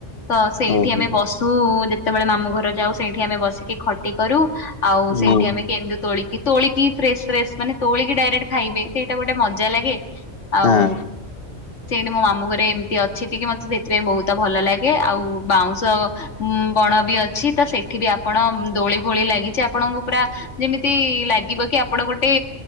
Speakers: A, on the left; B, on the left.
A: ତ ସେଇଠି
B: ଓହୋ
A: ଆମେ ବସୁ ଯେତେବେଳେ ମାମୁଁ ଘର ଯାଉ। ସେଇଠି ଆମେ ବସିକି ଖଟି କରୁ ଆଉ
B: ହୁଁ
A: ସେଇଠି ଆମେ କେନ୍ଦୁ ତୋଳି କି କି ତୋଳିକି ଫ୍ରେଶ ଫ୍ରେଶସ୍ ମାନେ ତୋଳିକି ଡାଇରେକ୍ଟ ଖାଇବେ ସେଇଟା ଗୋଟେ ମଜା ଲାଗେ। ଆଉ
B: ହଁ
A: ସେଇଠି ମୋ ମାମୁଁ ଘରେ ଏମ ଅଛି ଟିକେ ମତେ ସେଥିପାଇଁ ବହୁତ ଭଲ ଲାଗେ ଆଉ। ବାଉଁଶ ବଣ ବି ଅଛି ତ ସେଠି ବି ଆପଣ ଦୋଳି ଭଳି ଲାଗିଛି ଆପଣଙ୍କୁ ପୁରା ଯେମିତି ଲାଗିବ କି ଆପଣ ଗୋଟେ